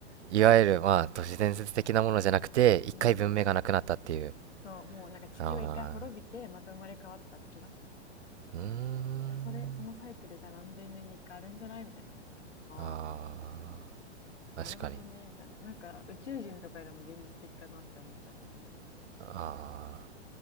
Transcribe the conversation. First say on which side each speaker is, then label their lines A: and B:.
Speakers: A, on the right; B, on the left.
A: いわゆる、まあ、都市伝説的なものじゃなくて、一回文明がなくなったっていう。
B: うん。そう、もうなんか地球は一回滅びて、
A: ああ、
B: また生まれ変わった的な。だか
A: うーん。
B: らそれ、そのサイクルが何千年に一回あるんじゃないみたいな。あ
A: あ
B: ー、
A: あ、
B: なるほどね、
A: 確かに。
B: みたいな。なんか宇宙人とかよりも現実的かなって思っちゃった、その時。
A: ああ。